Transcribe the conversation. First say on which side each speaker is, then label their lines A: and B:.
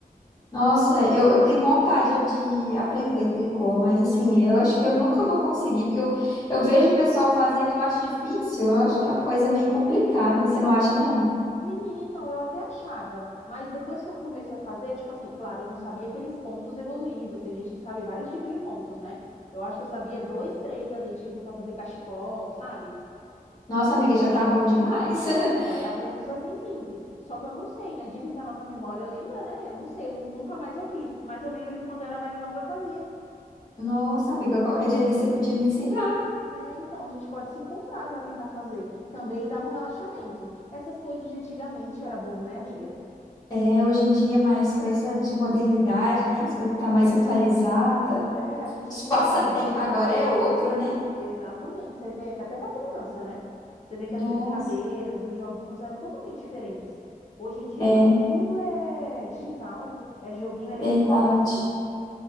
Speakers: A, on the left; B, on the left.
A: Nossa,
B: Eu fazia.
A: eu eu tenho vontade é de aprender tricô, mas assim, eu acho que eu nunca vou conseguir, porque eu, eu vejo o pessoal fazendo e eu acho difícil, eu acho que é uma coisa meio complicada, você não acha, não?
B: Menina, então, eu até achava, mas depois que eu comecei a fazer, tipo assim, claro, eu não sabia aqueles pontos evoluídos. Tem gente que sabe vários tipos de pontos, né? Eu acho que eu sabia dois, três ali, tipo, para fazer cachecol, sabe?
A: Nossa, amiga, já tá bom demais.
B: É,
A: <laughs>
B: então, era pontos assim simples. Só que eu não sei, né? Dizem que a nossa memória lembra, né? Eu não sei, eu nu- nunca mais eu fiz. Mas eu lembro que quando eu era mais nova eu fazia.
A: Nossa, amiga, qualquer dia desse você podia me ensinar.
B: É, então, a gente pode se encontrar para tentar fazer. Também dá um relaxamento. Essas coisas de antigamente era bom, né, amiga?
A: É, hoje em dia é mais coisa de modernidade, né? As coisas tá mais atualizada.
B: É, a gente
A: Os
B: fica
A: passatempo
B: só no digital.
A: agora é outro, né?
B: Exatamente. Você vê que até para criança, né? Você vê que as
A: Nossa,
B: brincadeiras, os joguinhos eram totalmente diferentes. Hoje em dia,
A: é
B: não. Tudo é digital. É joguinho eletrônico.
A: verdade.